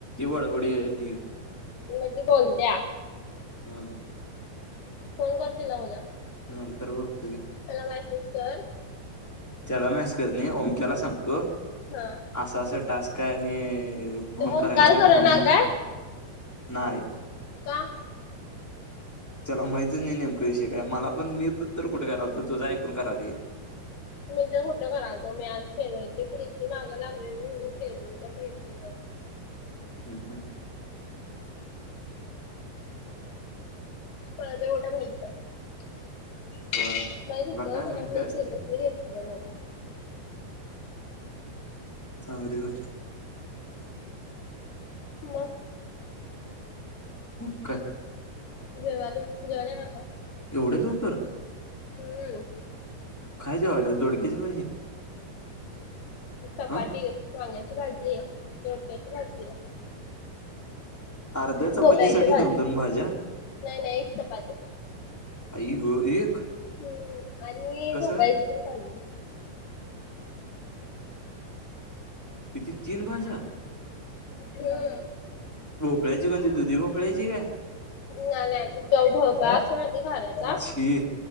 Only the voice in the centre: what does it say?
बडबडी आहे धीर
हं -
नंतर बघतो की,
त्याला मेसेज कर नाई ओमक्याला सांगतो
असा असा टास्क आहे आणि फोन
करायचाय
फोन
नाही
त्याला माहितच नाही नेमक विषय काय मला पण मी तर कुठ करायलतो तुझ ऐकून करायलोय.
हम्म हम्म
होय
तुला काय
माहित
काय
असते
चांगली गो
हो का
एवढ्या लवकर
काय जेवायलास दोडक्याची भाजी
हा
अर्ध्या चपातीसाठी
दोन दोन भाज्या
आई ग एक
कसं
काय
किती तीन भाज्या
भोपळ्याची कोणती दुधी भोपळ्याची काय?
छी